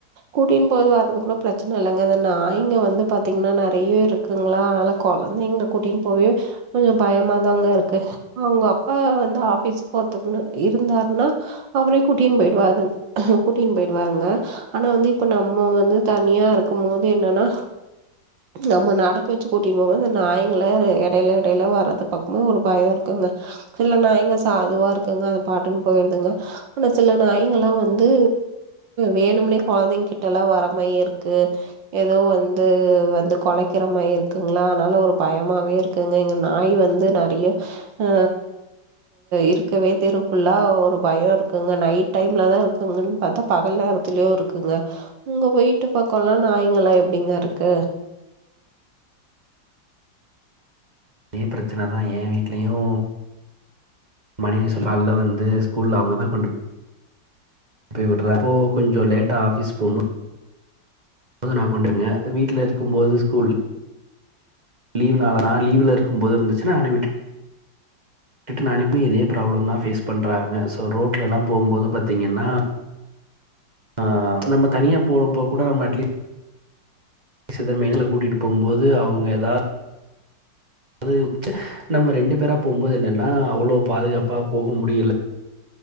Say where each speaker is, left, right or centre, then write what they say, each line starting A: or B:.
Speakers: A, on the right; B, on the right.
A: கூட்டின் போய் வர்றது கூட ப்ரச்சன இல்லங்க இந்த நாய்ங்க வந்து பாத்தீங்கனா நறைய இருக்குங்ளா அனால கொழந்தைங்ள கூட்டின் போவே கொஞ்சோ பயமாதாங்க இருக்கு அவுங்க அப்பா வந்து ஆஃபீஸ் போரத்துக்குனா இருந்தார்னா அவரே குட்டின் போய்டுவாரு கூட்டின் போய்டுவாங்க ஆனா வந்து இப்ப நம்ம வந்து தனியா இருக்குமோது என்னன்னா நம்ம நடக்க வெச்சு கூட்டின் போவ இந்த நாய்ங்களா எடைல எடைல வரத பாக்குமோ ஒரு பயோ இருக்குங்க சில நாய்ங்க சாதுவா இருக்குங்க அது பாட்டுன் போய்ருதுங்க ஆனா சில நாய்ங்களா வந்து வேணும்னே கொழந்தைங் கிட்டலா வர மாரி இருக்கு எதோ வந் து வந்து கொலைக்கிறமாரி இருக்குங்ளா அன்னால ஒரு பயமாவே இருக்குங்க இங்க நாய் வந்து நறைய ஆ இருக்கவே தெரு ஃபுல்லா ஒரு பயோ இருக்குங்க நைட் டைம்லதா தா இருக்குங்கன் பாத்தா பகல் நேரத்துலயு இருக்குங்க உங்க வீட்டு பக்கோல்லா நாய்ங்களா எப்டிங்க இருக் கு
B: தே ப்ரச்சனதா எ வீட்லயு மனைவி சோ கால்ல வந்து ஸ்கூல்ல அவுங்கதா கொண்டு போய் விட்றப்போ கொஞ்சோ லேட்டா ஆஃபீஸ் போமொ போது நா கொண்டுவங்க வீட்ல இருக்கு போது ஸ்கூல் லீவ்னாளனா லீவ்ல இருக்கும் போது இருந்துச்சுனா நானே விட் டுட்டு நானே போய் இதே ப்ராப்ளம்தா ஃபேஸ் பண்றாங்க சோ ரோட்லலா போம்போது பாத்தீங்கன்னா ஆ நம்ம தனியா போம்போ கூட நம்ம அட்லீஸ்ட் த மேல கூட்டிட்டு போம்போது அவுங்க எதா அது நம்ம ரெண்டு பேரா போம்போது என்னன்னா அவ்ளோ பாதுகாப்பா போக முடியல